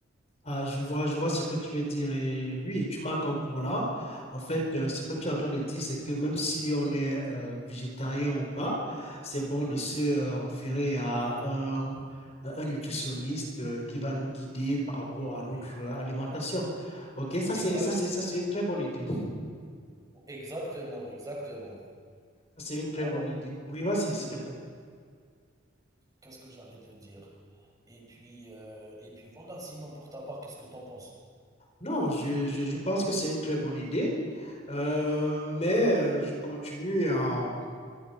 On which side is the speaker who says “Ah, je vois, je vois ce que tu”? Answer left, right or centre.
Left